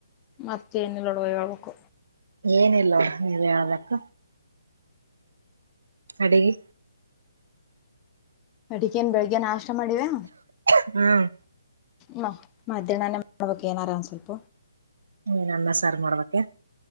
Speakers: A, on the left; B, on the right.
A: ಮತ್ತೇನಲ್ಲೋಡವ ಹೇಳ್ಬೇಕ್.
B: ಏನಿಲ್ಲವ ನೀನ ಹೇಳ್ಬೇಕ್ ಅಡಗಿ.
A: ಅಡಿಕೇನ್ ಬೆಳಗ್ಗೆ ನಾಷ್ಟ ಮಾಡಿವಾ.
B: ಹ್ಮ್
A: ನ ಮಧ್ಯಾಹ್ನೇ ಮಾಡ್ಬೇಕಕ್ <unintelligible> ಏನಾರ ಒಂದ ಸ್ವಲ್ಪ
B: ನೀ ಅನ್ನ ಸಾರ್ ಮಾಡ್ಬೇಕೆ.